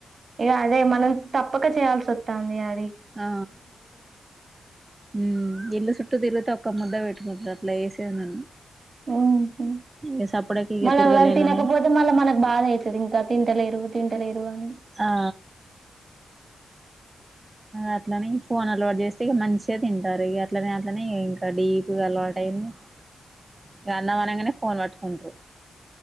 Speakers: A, on the right (about 50°); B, on the right (about 25°).
A: ఇగా అదే మనం తప్పక చేయాల్సి వత్తంది అ
B: ఆ ఉమ్ ఇల్లు సుట్ట తిరిగితే ఓక్క ముద్ద వెట్ ఫస్ట్ అట్లా ఏసేది నన్ను
A: ఓహో
B: ఇంగ సప్పుడేక ఇగ
A: మళ్ళ
B: తిరగలేననే
A: వాళ్ళు తినకపోతే మళ్ళీ మనకు బాధ అయితది ఇంకా తింటలేరు తింటలేరు అని
B: ఆ ఆ అట్లనే ఫోన్ అలవాటు చేస్తే ఇగ మంచిగా తింటారు ఇగ అట్లనే అట్లనే ఇంకా డీప్ గా అలవా టయ్యింది ఇగ అన్నం అనంగానే ఫోన్ పట్టుకుంటారు